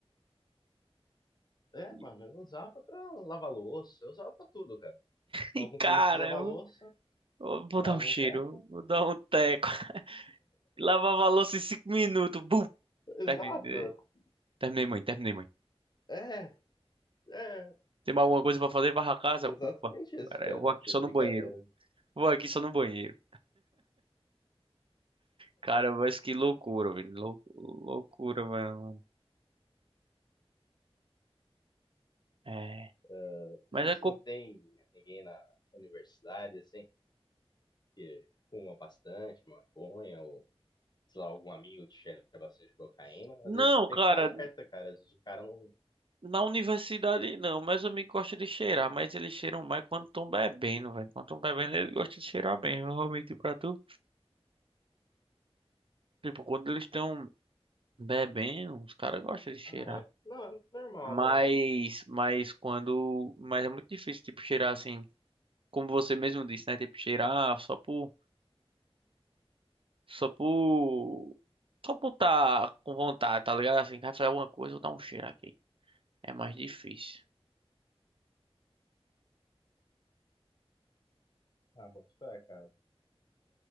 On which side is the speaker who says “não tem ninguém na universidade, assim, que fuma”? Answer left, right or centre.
Left